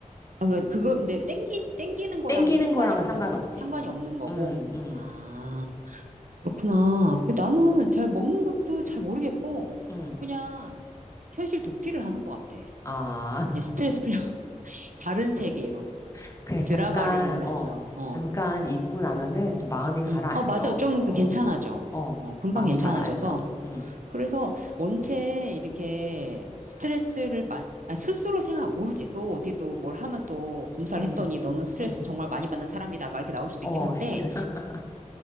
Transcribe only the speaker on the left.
땡기는
거랑은 상관없지.
응 응
응
아,
<laughs> 그래, 잠깐,
어,
잠깐 잊고 나면은 좀 마음이 가라앉아.
어,
어,
마음이
가라앉아. 음.
응,
응.
어,
스트, <laughs>